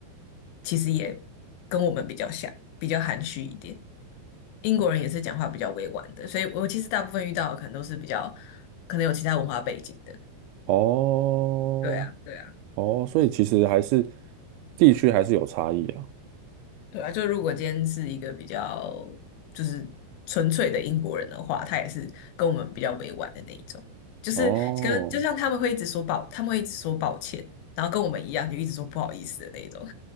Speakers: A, on the left; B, on the right.
A: 其实也跟我们比较像，比较含蓄一点。英国人也是讲话比较委婉的，所以我其实大部分遇到的可能都是比较可能有其他文化背景的。
B: 哦，
A: 对啊，对啊，
B: 哦，所以其实还是地区还是有差异啊。
A: 对啊。就如果今天是一个比较就是纯粹的英国人的话，他也是跟我们比较委婉的那一种，就是跟就像他们会一直说抱，
B: 哦，
A: 他们会一直说抱歉，然后跟我们一样就一直说不好意思的那一种。